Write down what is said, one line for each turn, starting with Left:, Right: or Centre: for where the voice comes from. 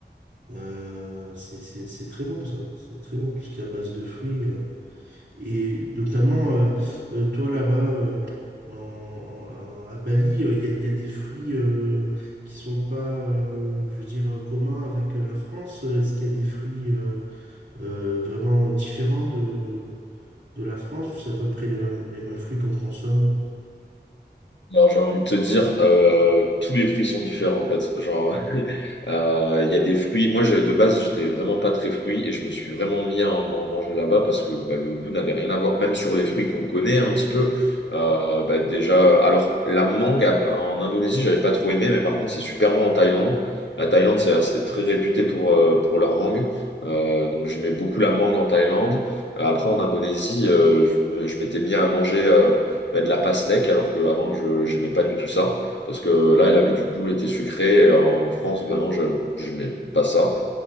Right: euh, c'est c'est- c'est très bon ça, c'est très bon tout ce qui est à base de fruits. euh. Et notamment, euh, euh, toi là-bas, euh, en, en- en- à Bali, euh, il y, a, y a des fruits euh, qui sont pas, euh, je veux dire, euh, communs avec euh, la France. Est-ce qu'il y a des fruits euh, euh, vraiment différents de... de la France, ou c'est à peu près les mêmes, les mêmes fruits qu'on consomme?
Left: j'ai envie de te dire, euh, tous les fruits sont différents en fait. Genre, <laughs> euh, il y a des fruits. Moi, je- de base, j'étais vraiment pas très fruit et je me suis vraiment mis à en, en manger là-bas parce que bah, le goût n'avait rien à voir. Même sur les fruits qu'on connaît un petit peu, euh, bah, déjà. Alors, la mangue à- en Indonésie, j'avais pas trop aimé, mais par contre, c'est super bon en Thaïlande. La Thaïlande, c'est assez- très réputé pour, euh, pour leur mangue. Euh, donc, j'aimais beaucoup la mangue en Thaïlande. Euh, Après, en Indonésie, euh, je me- je m'étais mis à manger. euh, bah, de la pastèque, alors qu'avant, je n'aimais pas du tout ça. Parce que là, elle avait du goût, elle était sucrée. et En France, vraiment, je n'aimais pas ça.